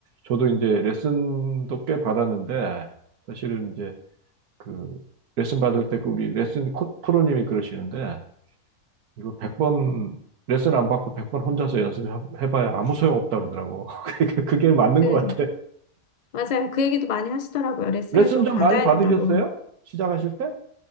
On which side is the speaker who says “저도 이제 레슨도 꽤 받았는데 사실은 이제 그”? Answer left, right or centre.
Right